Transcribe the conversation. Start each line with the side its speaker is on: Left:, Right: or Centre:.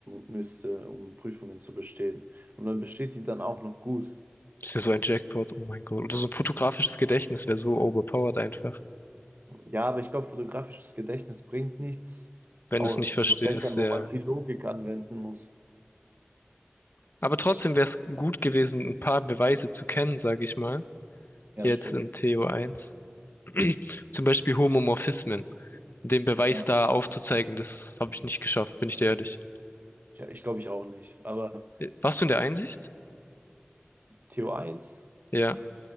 Right: müsste, um Prüfungen zu bestehen. Und man besteht die dann auch noch gut.
Left: ist ja so ein Jackpot, oh mein Gott. Oder so ein fotografisches Gedächtnis wäre so overpowered einfach,
Right: Ja, aber ich glaube, fotografisches Gedächtnis bringt nichts
Left: wenn
Right: au-
Left: du es nicht
Right: in
Left: verstehst,
Right: so Fächern,
Left: ja.
Right: wo man viel Logik anwenden muss.
Left: Aber trotzdem
Right: Ich,
Left: wäre es gut gewesen, ein paar Beweise zu kennen, sage ich mal.
Right: ja,
Left: Jetzt
Right: stimmt.
Left: in TO1. <clears throat> Zum Beispiel Homomorphismen. Den Beweis
Right: Ja,
Left: da aufzuzeigen, das habe ich nicht geschafft, bin ich dir ehrlich.
Right: ja, ich glaube, ich auch nicht. Aber
Left: Äh, Warst du in der Einsicht?
Right: Theo eins?
Left: Ja,